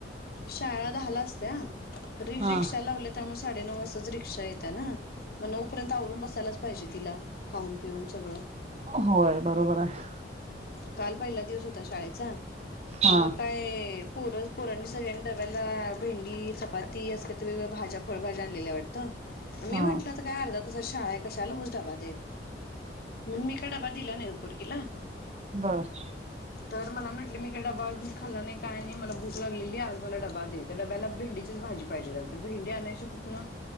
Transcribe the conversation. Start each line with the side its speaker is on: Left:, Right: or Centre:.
Left: शाळा दहा ला असत हं, री-
Right: हा
Left: रिक्षा लावल्या त्यांनच, साडे नऊ वाजता ज रिक, शा येतांय ना, मग नऊ पर्यंत आवरून बसायला. पाहिजे तिला. खाऊन पिऊन सगळं
Right: होय बरोबर आहे
Left: काल पहिला दिवस होता शाळेचा
Right: हा
Left: मकाय पूरज पुराण सगळ्यांनी डब्याला भेंडी चपाती अस वगवेगळ्या भाज्या फळभज्या आणलेल्या वाटतं मी
Right: हा
Left: म्हटलं तर काय अर्धा तसाात शाळा आहे कशालाजडबा मी काडा बाजीला नाही पोरगीला.
Right: बस
Left: तर मला म्हटले मी का डबा म खाल्ला नाही काय नाही मला भूक लाग ली आज मला डबा दे त्या डब्याला भेंडीचीच भाजी पाहिजे भेंडी आणायची कुठन